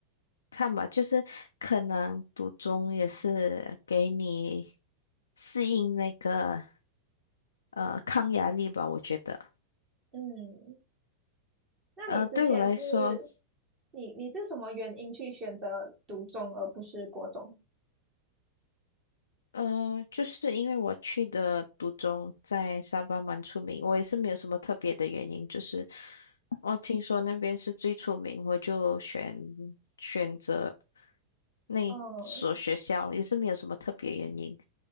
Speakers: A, on the left; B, on the right.
A: 看吧，就是可能读中也是给你适应那个呃抗压力吧，我觉得。
B: 嗯，那你之前是
A: 呃，对我来说，
B: 你你是什么原因去选择读中而不是国中？
A: 嗯、就是因为我去的独中在沙巴蛮出名，我也是没有什么特别的原因，就是我听说那边是最出名，我就选选择那所学校，
B: 嗯
A: 也是没有什么特别原因，